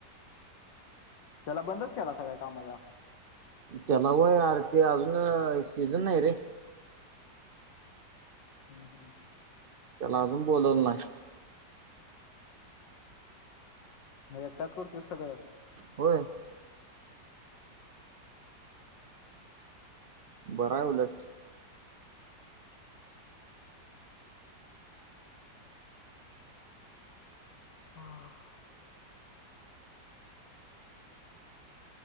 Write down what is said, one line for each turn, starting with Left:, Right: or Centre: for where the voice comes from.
Left: ते ला बंदच केला सगळ्या कामाला
Right: तेला व्हय आर ते अजून सीझन नाही रे
Left: हम हम
Right: ते ला अजून बोलवलं नाही
Left: मग एकटाच करतोय सगळं
Right: होय बराय उलट
Left: हम